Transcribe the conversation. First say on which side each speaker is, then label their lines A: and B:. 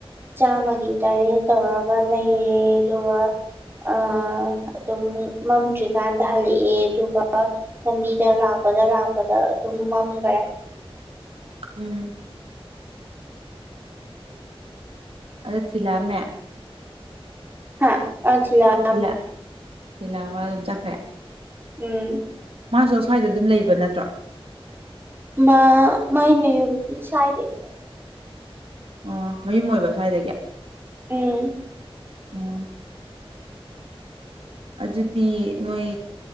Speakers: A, on the right; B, on the right.
A: ꯆꯥꯃꯒꯤ ꯇꯔꯦ ꯇꯧꯔꯒ ꯂꯩꯔꯦ ꯑꯗꯨꯒ ꯑ ꯑꯗꯨꯝ ꯃꯝꯗ꯭ꯔꯤꯀꯥꯟꯗ ꯍꯜꯂꯛꯑꯦ ꯑꯗꯨꯒ ꯂꯝꯕꯤꯗ ꯂꯥꯛꯄꯗ ꯂꯥꯛꯄꯗ ꯑꯗꯨꯝ ꯃꯝꯈꯔꯦ
B: ꯎꯝ ꯑꯗꯨ ꯊꯤꯂꯛꯑꯝꯃꯦ
A: ꯍꯥ ꯑ ꯊꯤꯟꯂꯛ
B: ꯂꯤꯂꯥ ꯊꯤꯂꯛꯑꯝ ꯃꯥ ꯑꯗꯨꯝ ꯆꯈ꯭ꯔꯦ
A: ꯎꯝ
B: ꯃꯥꯁꯨ ꯑꯁ꯭ꯋꯥꯏꯗ ꯑꯗꯨꯝ ꯂꯩꯕ ꯅꯠꯇ꯭ꯔꯣ
A: ꯃꯥ ꯃꯥꯥꯏ ꯃꯌꯨꯝꯗꯤ ꯁꯥꯏꯗꯩ
B: ꯑꯣ ꯃꯌꯨꯝ ꯑꯣꯏꯕ ꯁ꯭ꯋꯥꯏꯗꯒꯤ
A: ꯎꯝ
B: ꯎꯝ ꯑꯗꯨꯗꯤ ꯅꯣꯏ